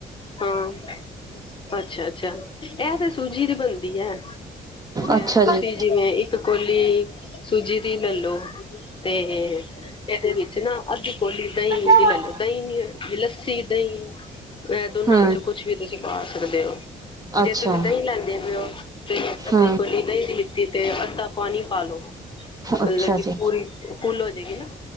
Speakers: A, on the left; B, on the right.
A: ਹਾਂ। ਅੱਛਾ ਅੱਛਾ। ਇਹ ਤੇ ਸੂਜੀ ਦੀ ਬਣਦੀ ਹੈ। ਤੇ
B: ਅੱਛਾ
A: ਤੁਸੀਂ
B: ਜੀ
A: ਜਿਵੇਂ, ਇੱਕ ਕੋਲੀ ਸੂਜੀ ਦੀ ਲੈ ਲੋ, ਤੇ ਇਹਦੇ ਵਿੱਚ ਨਾ ਅੱਧੀ ਕੌਲੀ
B: ਹਾਂਜੀ
A: ਦਹੀਂ ਦੀ ਲੈ ਲੋ, ਦਹੀਂ, ਲੱਸੀ- ਦਹੀਂ ਇਹ ਦੋਨਾਂ
B: ਹਮ
A: ਵਿੱਚੋਂ ਕੁੱਛ ਵੀ ਤੁਸੀਂ ਪਾ ਸਕਦੇ ਓ
B: ਅੱਛਾ
A: ਜੇ ਤੁਸੀਂ ਦਹੀਂ ਲੈਂਦੇ ਪਏ ਓ ਤੇ ਅੱਧੀ
B: ਹਮ
A: ਕੋਲੀ ਦਹੀਂ ਦੀ ਲਿੱਤੀ ਤੇ ਅੱਧਾ ਪਾਣੀ ਪਾਲੋ ਮਤਲਬ
B: ਅੱਛਾ
A: ਕਿ
B: ਜੀ
A: ਪੂਰੀ ਫੂੱਲ ਹੋ ਜਾਏਗੀ ਨਾ